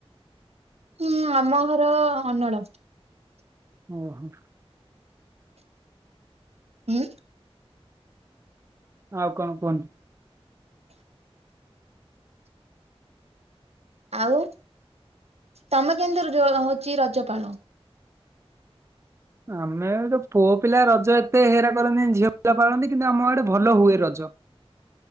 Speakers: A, on the right; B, on the right.
A: ହୁଁ ଆମ ଘର ଅନଳ।
B: ଓହୋ।
A: ହୁଁ।
B: ଆଉ କଣ କୁହନ୍ତୁ?
A: ଆଉ ତମେ କେମି ର ହଉଛି ରଜପାଳ?
B: ଆମେ ତ ପୁଅ ପିଲା ରଜ ଏତେ ହେରା କରନ୍ତି ଝିଅ ପିଲା ପାଳନ୍ତି କିନ୍ତୁ ଆମ ଆଡେ ଭଲ ହୁଏ ରଜ।